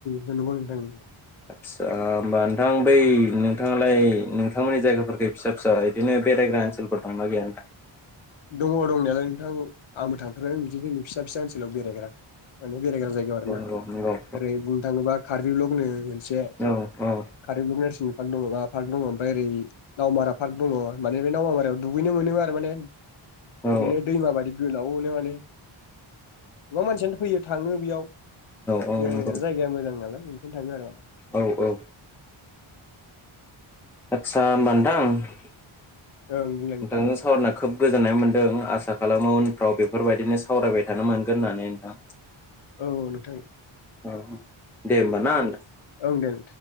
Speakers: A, on the left; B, in the centre.
A: नंगौ नोंथां
B: सा होमबा नोंथां बै नों थाङालाय नोंथांमोननि जायगाफोरफोरखौ फिसा फिसा इदिनो बेरायग्रा ओनसोलफोर दंनाा गैया नोंथां।
A: दङ दंनायालाय नोंथां आंबो थांफेरबायानो बिदि जोंनि फिसा फिसा ओनसोलाव बेरायग्रा। माने बेरायग्रा जायगायाव आरो
B: औ
A: ना
B: नंगौ नंगौ औ
A: ओरै बुंनो थाङोबा कार्बि ब्लकनो मोनसे
B: औ औ
A: कार्बि ब्लक नेरसन पार्क दङबा पार्क दङ ओमफाय ओरै नावमारा पार्क दङ माने बे नावमारायाव दुगैनो मोनो आरो माने
B: औ
A: ओरैहाय दैमा बादि गोलावो माने। गोबां मानसियानो फै थाङो बेयाव
B: औ
A: बेरायनाया
B: नंगौ
A: जायगाया मोजां नालाय ओंखायनो थाङो आरो माने।
B: औ औ आतसा ओमबा नोंथां नोंथांजों
A: ओं बुंलाय नोंथां
B: सावरना खोब। गोजोननाय मोन्दों आसा खालामो उनफ्राव बेफोरबायदिनो सावरायबाय थानो मोनगोन होननानै ओनथां।
A: औ नोंथां
B: औ दे होमबा ना।
A: ओं देन